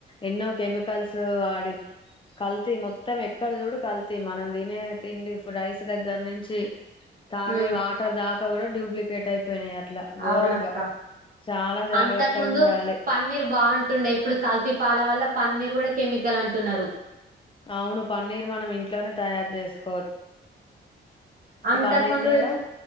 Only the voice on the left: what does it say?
ఎన్నో కెమికల్స్ ఆడి కల్తీ మొత్తం ఎక్కడ చూడు కల్తీ మనం తీనే తిండి రైస్ దగ్గర నుంచి తాగే
వాటర్ దా కూడా డూప్లికేట్ అయిపోయినాయి. అట్లా ఘోరంగా
చాలా జాగ్రత్త
ఉండాలి.
అవును పన్నీర్ మనం ఇంట్లోనే తయారు చేసుకో
పన్నీర్
చేయడం